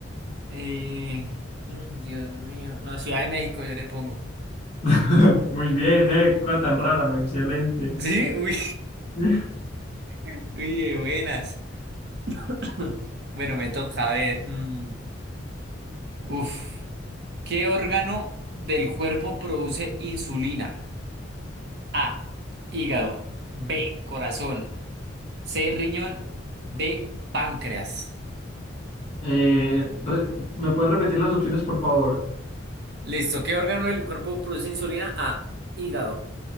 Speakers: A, on the right; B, on the left.
A: Eh, mm, Dios mío. No, Ciudad de México yo le pongo.
B: <laughs> Muy bien, eh, cosa tan rara, muy excelente.
A: ¿Sí? Uy,
B: <laughs>
A: <laughs> uy, de buenas. <coughs> <clears throat> Bueno, me toca a ver. mm, uf. ¿Qué órgano del cuerpo produce insulina? A. Hígado. B. Corazón. C. Riñón. D. Páncreas.
B: Eh, re- ¿me puedes repetir las opciones, por favor?
A: Listo. ¿Qué órgano del cuerpo produce insulina? A. Hígado.